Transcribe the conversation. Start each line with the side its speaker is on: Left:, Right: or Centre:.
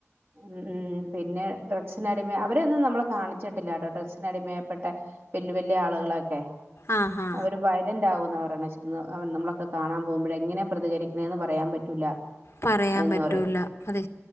Right: ഉം ഉം പിന്നെ ഡ്രഗ്സിന അടിമ അവരൊന്നും നമ്മളെ കാണിച്ചിട്ടില്ല കേട്ടോ ഡ്രഗ്സിനടിമയൽപ്പെട്ട വല്ല്യ വല്ല്യ ആളുകളൊക്കെ
Left: ആഹ് ഹാ
Right: അവര് വയലന്റ് ആകുന്നവർണ നമ്മളൊക്കെ കാണാൻ പോകുമ്പഴേ എങ്ങനെ പ്രതികരിക്കണന്ന് പറയാൻ പറ്റൂല
Left: പറയാൻ
Right: എന്ന്
Left: പറ്റൂല
Right: പറയും
Left: അതെ